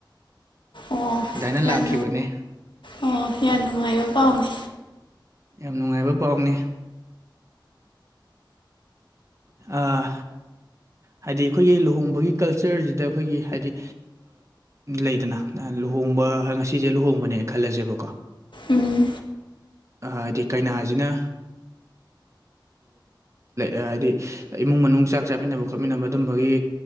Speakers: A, on the left (about 75°); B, on the right (about 35°).
A: ꯑꯣ
B: ꯑꯗꯥꯏꯅ
A: ꯌꯥꯝ
B: ꯂꯥꯛꯈꯤꯕꯅꯦ
A: ꯑꯣ ꯌꯥꯝ ꯅꯨꯡꯉꯥꯏꯕ ꯄꯥꯎꯅꯦ
B: ꯌꯥꯝ ꯅꯨꯡꯉꯥꯏꯕ ꯄꯥꯎꯅꯤ ꯑꯥ ꯍꯥꯏꯗꯤ ꯑꯩꯈꯣꯏꯒꯤ ꯂꯨꯍꯣꯡꯕꯒꯤ ꯀꯜꯆꯔꯁꯤꯗ ꯑꯩꯈꯣꯏꯒꯤ ꯍꯥꯏꯗꯤ ꯂꯩꯗꯅ ꯂꯨꯍꯣꯡꯕ ꯉꯁꯤꯁꯦ ꯂꯨꯍꯣꯡꯕꯅꯦ ꯈꯜꯂꯁꯦꯕꯀꯣ
A: ꯎꯝ
B: ꯑ ꯍꯥꯏꯗꯤ ꯀꯩꯅꯥꯁꯤꯅ ꯑ ꯍꯥꯏꯗꯤ ꯏꯃꯨꯡ ꯃꯅꯨꯡ ꯆꯥꯛ ꯆꯥꯃꯤꯟꯅꯕ ꯈꯣꯠꯃꯤꯟꯅꯕ ꯑꯗꯨꯝꯕꯒꯤ